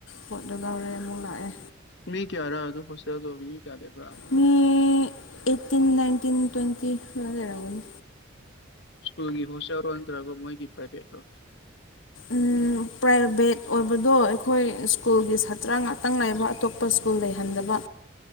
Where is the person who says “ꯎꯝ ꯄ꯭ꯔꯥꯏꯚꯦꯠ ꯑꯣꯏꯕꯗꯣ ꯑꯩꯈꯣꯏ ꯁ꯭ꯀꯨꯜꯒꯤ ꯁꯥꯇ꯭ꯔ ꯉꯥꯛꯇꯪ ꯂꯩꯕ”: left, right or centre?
Left